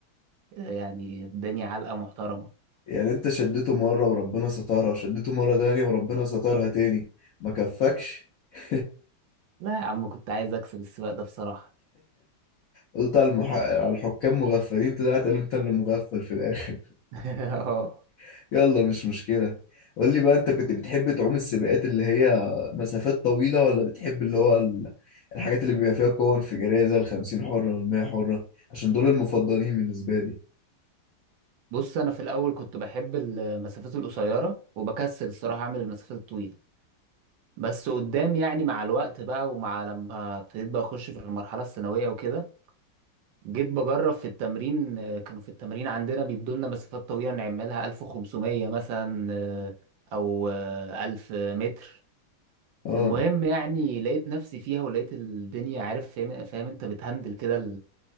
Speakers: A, on the right (about 75°); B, on the left (about 80°).
A: آه، يعني اداني علقة محترمة
B: يعني انت شدته مرة وربنا سترها وشدته مرة تانية وربنا سترها تاني ما كفكش <laughs>
A: لا يا عم كنت عايز اكسب السباق ده بصراحة
B: قلت على, المح... على الحكام مغفلين طلعت انت اللي مغفل في الاخر
A: <laughs> اه
B: <laughs> يلا مش مشكلة قول لي بقى انت كنت بتحب تعوم السباقات اللي هي مسافات طويلة ولا بتحب اللي هو ال- الحاجات اللي بيبقى فيها قوة انفجارية زي الخمسين حرة والمية حرة عشان دول المفضلين بالنسبة لي
A: بص انا في الاول كنت بحب المسافات القصيره وبكسل الصراحه اعمل المسافات الطويله بس قدام يعني مع الوقت بقى ومع لما ابتديت بقى اخش في المرحله الثانويه وكده جيت بجرب في التمرين آه، كانوا في التمرين عندنا بيدولنا مسافات طويله نعملها 1500 مثلا آه، او آه، 1000 متر
B: اه
A: المهم يعني لقيت نفسي فيها ولقيت الدنيا عارف فاهم, فاهم انت بتهندل كده